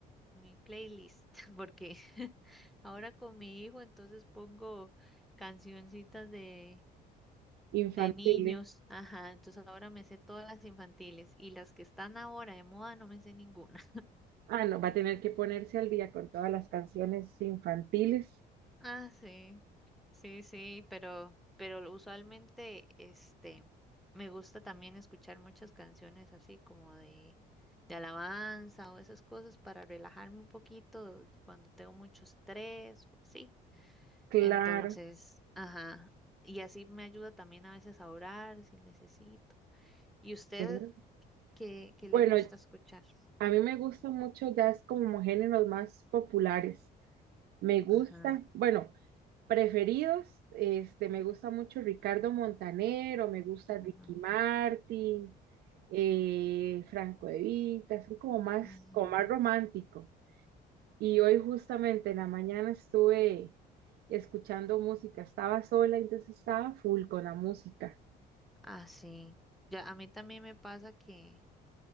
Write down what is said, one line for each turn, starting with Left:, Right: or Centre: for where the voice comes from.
Centre: mi playlist, <laughs> porque <laughs> ahora con mi hijo entonces pongo cancioncitas de,
Right: Infantiles.
Centre: de niños. Ajá, entonces ahora me sé todas las infantiles y las que están ahora de moda no me sé ninguna.
Right: Ah, no, va a tener que ponerse al día con todas las canciones infantiles.
Centre: Ah, sí, sí, sí, pero, pero usualmente, este, me gusta también escuchar muchas canciones así como de, de alabanza o esas cosas para relajarme un poquito cuando tengo mucho estrés o así.
Right: Claro,
Centre: Entonces, ajá, y así me ayuda también a veces a orar si necesito. ¿Y usted
Right: claro.
Centre: qué, qué
Right: Bueno,
Centre: le gusta escuchar?
Right: a mí me gusta mucho jazz como géneros más populares. Me gusta,
Centre: Ajá,
Right: bueno, preferidos, este, me gusta mucho Ricardo Montanero, me gusta Ricky
Centre: ajá,
Right: Martin, eh, Franco De Vita, son como más,
Centre: ajá.
Right: como más romántico. Y hoy justamente en la mañana estuve escuchando música, estaba sola, entonces estaba full con la música.
Centre: Ah, sí. ya a mí también me pasa que